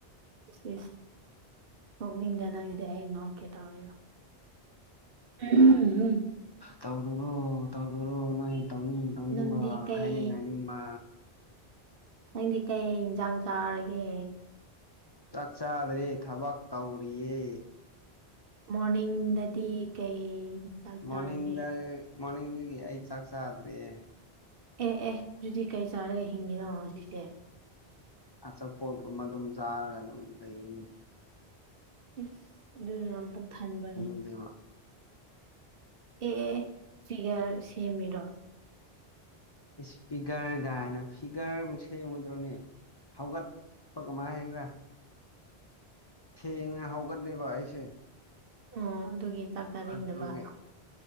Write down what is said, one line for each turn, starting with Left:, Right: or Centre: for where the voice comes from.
Right: ꯏꯁ ꯏꯁ ꯅꯣꯛꯅꯤꯡꯗꯦ ꯅꯪꯒꯤꯗꯤ ꯑꯩ ꯅꯣꯛꯀꯦ ꯇꯧꯔꯤꯒ ꯎꯝ
Left: ꯇꯧꯔꯨꯔꯣ ꯇꯧꯔꯨꯔꯣ ꯅꯣꯏ ꯇꯧꯅꯤꯡ ꯇꯧꯅꯤꯡꯕ
Right: ꯅꯪꯗꯤ ꯀꯩ
Left: ꯍꯥꯏꯅꯤꯡ ꯍꯥꯏꯅꯤꯡꯕ
Right: ꯅꯪꯗꯤ ꯀꯩ ꯏꯟꯖꯥꯡ ꯆꯥꯔꯒꯦ
Left: ꯆꯥꯛ ꯆꯥꯗ꯭ꯔꯦ ꯊꯕꯛ ꯇꯧꯔꯤꯌꯦ
Right: ꯃꯣꯔꯅꯤꯡ ꯗꯗꯤ ꯀꯩ ꯆꯥꯛ ꯆꯥꯔꯒꯦ
Left: ꯃꯣꯔꯅꯤꯡꯗ ꯃꯣꯔꯅꯤꯡꯗꯒꯤ ꯑꯩ ꯆꯥꯛ ꯆꯥꯗ꯭ꯔꯤꯌꯦ
Right: ꯑꯦ ꯑꯦ ꯑꯗꯨꯗꯤ ꯀꯩ ꯆꯥꯔꯒ ꯍꯤꯡꯉꯤꯅꯣ ꯍꯧꯖꯤꯛꯁꯦ
Left: ꯑꯆꯥꯄꯣꯠꯒꯨꯝꯕ ꯑꯗꯨꯝ ꯆꯥꯔꯒ ꯑꯗꯨꯝ ꯂꯩꯌꯦꯅꯤ
Right: ꯏꯁ ꯑꯗꯨꯅ ꯄꯨꯛ ꯊꯟꯕ꯭ꯔꯅꯦ
Left: ꯗꯦꯕ
Right: ꯑꯦ ꯑꯦ ꯑꯦ ꯐꯤꯒꯔ ꯁꯦꯝꯃꯤꯔꯣ
Left: ꯏꯁ ꯐꯤꯒ꯭ꯔ ꯒꯥꯏꯅ ꯐꯤꯒ꯭ꯔꯕꯨ ꯁꯦꯝꯒꯗ꯭ꯔꯣꯅꯦ ꯍꯧꯒꯠꯄ ꯀꯃꯥꯏ ꯍꯥꯏꯒꯦꯔꯥ ꯊꯦꯡꯅ ꯍꯧꯒꯠꯂꯦꯕ ꯑꯩꯁꯦ
Right: ꯑꯣ ꯑꯗꯨꯒꯤ ꯆꯥꯛ ꯆꯥꯅꯤꯡꯗꯕ
Left: ꯑꯗꯨꯒꯤ